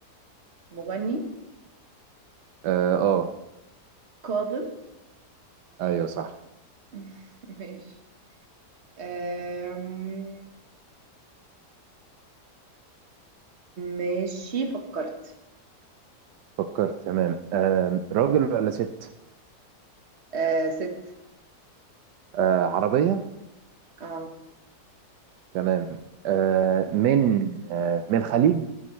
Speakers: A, on the right; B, on the right.
A: مغني
B: اه آه.
A: كاظم
B: ايوه صح
A: <laughs> ماشي آم، ماشي فكرت
B: فكرت تمام آه راجل ولا ست
A: آه ست
B: آه عربية
A: اه
B: تمام آه من آه من الخليج